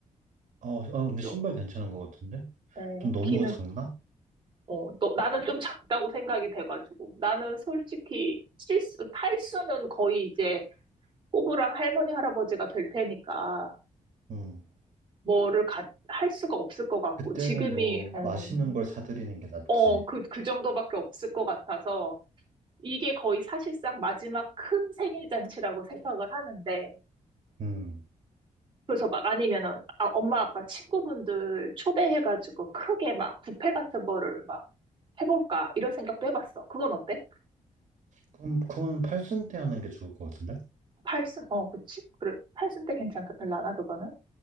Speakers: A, on the right; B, on the right.
A: 아, 아, 근데
B: 요,
A: 신발 괜찮은 것 같은데?
B: 어,
A: 좀 너무
B: 기능,
A: 작나?
B: 어, 또 나는 좀 작다고 생각이 돼가지고. 나는 솔직히 칠순, 팔순은 거의 이제 꼬부랑 할머니, 할아버지가 될 테니까
A: 음.
B: 뭐를 가, 할 수가 없을 것 같고.
A: 그때는
B: 지금이,
A: 뭐
B: 어,
A: 맛있는 걸 사드리는 게 낫지.
B: 어, 그, 그 정도밖에 없을 것 같아서. 이게 거의 사실상 마지막 큰 생일 잔치라고 생각을 하는데,
A: 음.
B: 그래서 막 아니면은, 아, 엄마, 아빠, 친구분들 초대해가지고 크게 막 뷔페 같은 거를 막 해볼까, 이런 생각도 해봤어. 그건 어때?
A: 그럼 그건 팔순 때 하는 게 좋을 것 같은데?
B: 팔순, 어, 그치? 그래, 팔순 때 괜찮을라나, 그거는?